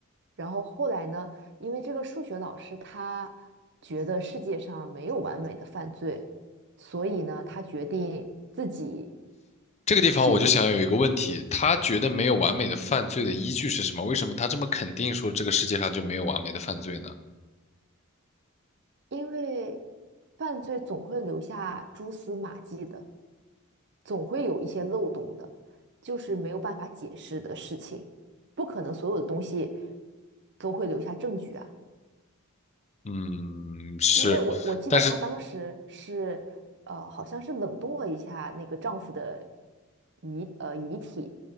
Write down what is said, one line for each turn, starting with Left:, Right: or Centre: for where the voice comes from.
Right: 然后后来呢，因为这个数学老师他觉得世界上没有完美的犯罪，所以呢，他决定自己
Left: 这个地方我就想有一个问题，
Right: 替他。
Left: 他觉得没有完美的犯罪的依据是什么？为什么他这么肯定说这个世界上就没有完美的犯罪呢？
Right: 因为犯罪总会留下蛛丝马迹的，总会有一些漏洞的，就是没有办法解释的事情，不可能所有的东西都会留下证据啊。
Left: 嗯，是，
Right: 因为我我记得她当时是，
Left: 但是，
Right: 呃，好像是冷冻了一下那个丈夫的遗呃遗体，